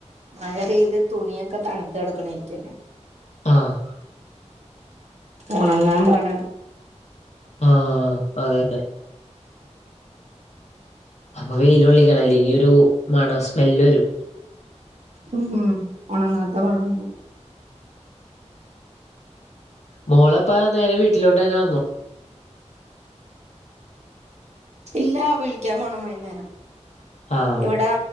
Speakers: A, on the right (about 65°); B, on the left (about 65°).
A: മഴ പെയ്ത് തുണിയൊക്കെ തണുത്ത് കിടക്കണായിരിക്കല്ലോ
B: ആഹ്
A: ഉണങ്ങാൻ പാടാണ്
B: ആഹ് അതന്നെ അപ്പൊ വെയിലൊള്ളിക്കണം ഇല്ലെങ്കി ഒരു മണം സ്മെല്ല് വരും
A: ഉം ഉം ഒണങ്ങാത്ത മണം ഉണ്ടാവും
B: മോളെപ്പ നേരെ വീട്ടിലോട്ട് തന്നെ വന്നു
A: ഇല്ല വിളിക്കാൻ പോണം വൈകുന്നേരം
B: ആഹ്
A: ഇവിടെ